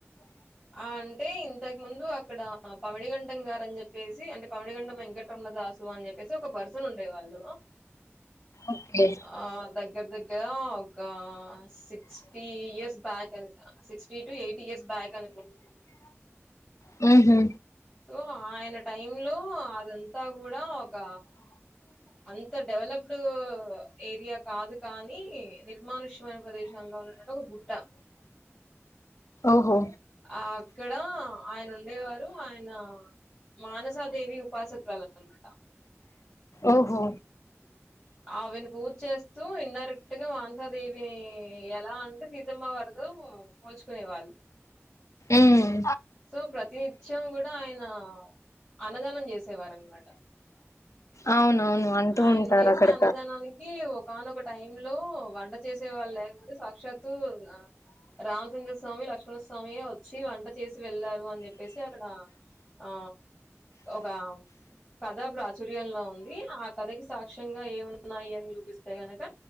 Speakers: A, in the centre; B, on the left.
A: ఆ అంటే ఇంతకు ముందు అక్కడ పమిడిగఠం గారని చెప్ప చెప్పేసి అంటే పమిడిగఠం వెంకటరమణ దాసు అని చెప్పేసి ఒక పర్సన్ ఉండే వాళ్ళు
B: ఓకే
A: ఆ దగ్గర దగ్గ కా ఒక సిక్స్టీ ఇయర్స్ బ్యాక్ అని sixty to eighty year back అ
B: మ్మహు
A: ఓ ఆయనట్ టైమ్ లో అదంతా కూడా ఒక అంత డెవలప్డ్ ఏరియా కాదు కానీ మనుష మ ప్రదేశాలో ఉన్నటువంటి ఒక గుట్ట
B: ఓహో
A: ఆ అక్కడ ఆయన ఉండేవారు ఆయన మానసాదేవి ఉపాసకలు అనమాట
B: ఓహో
A: ఆవిను పూజ్జెస్తే ఇన్ండైరెక్ట్ గా వాన్సాదేవని ఎలా అంటే మా వారితో కోల్చ్ సునేవాళ్ళు
B: ఉమ్
A: సో ప్రతినిత్యం కూడా ఆయన అన్నదానం జేసేవారనమాట.
B: అవునవును అంటూ
A: ఆయన
B: ఉంటారు
A: జేసే
B: అక్కడ
A: అన్నదానానికి ఒకనోక టైమ్ లో వంట అంతా చేసే వాళ్ళు లేకపోతే సాక్షాతు ఆ రామచంద్ర స్వామి లక్ష్ స్వామీ వచ్చి వంట చేసి వెళ్ళారు అని చెప్పేసి అక్కడ ఆ ఒక కథ ప్రాచుర్యంలో ఉంది ఆ కథకి సాక్షి నిజంగా ఏమున్నాయి అని చూపిస్తే గనక